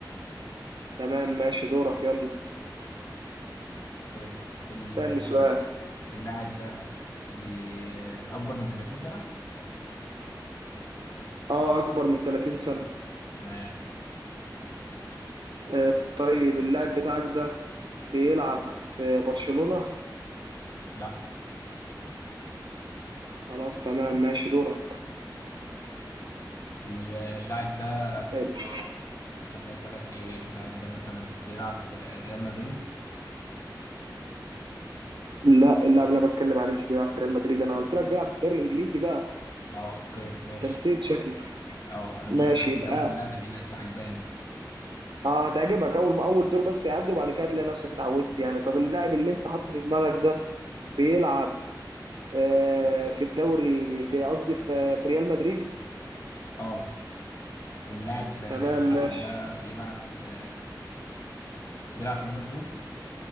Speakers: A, on the right; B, on the left.
A: تمام ماشي دورك يلا
B: اوكي ال-
A: اسألني سؤال
B: اللاعب ده بي- اكبر من 30 سنة
A: اه اكبر من 30 سنة
B: تمام
A: آه طيب اللاعب بتاعك ده بيلعب في برشلونة
B: لا
A: خلاص تمام ماشي دورك
B: ال- اللاعب ده
A: آه،
B: خليني اسالك ايه اللاعب ده مثلا بيلعب في ريال مدريد
A: لا اللاعب اللي انا بتكلم عليه مش بيلعب في ريال مدريد انا قلت لك بيلعب في الدوري الانجليزي بقى
B: اه اوكي ماشي
A: انت نسيت شكلك
B: اه انا
A: ماشي
B: مش مركز
A: يبقى
B: قوي في اللعبة دي بس عجباني
A: اه هتعجبك اول ما اول دور بس يعدي وبعد كده هتلاقي نفسك اتعودت يعني طب اللاعب اللي انت حاطه في دماغك ده بيلعب آه، في الدوري في قصدي في في ريال مدريد
B: اه اللاعب اللاعب
A: تمام ماشي
B: ده بيلعب في بيلعب في ليفربول